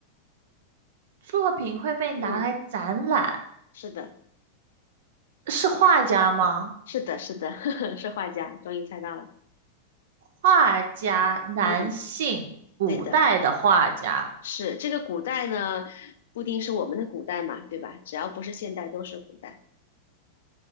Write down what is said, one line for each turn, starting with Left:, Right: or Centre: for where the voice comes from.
Right: 作品会被拿来展览，
Left: 嗯，是的，
Right: 是画家吗？
Left: 是的，是的，<laughs> 是画家，终于猜到了。
Right: 画家，男性，
Left: 嗯，
Right: 古代的画家，
Left: 对的，是这个古代呢，不一定是我们的古代嘛，对吧？只要不是现代，都是古代。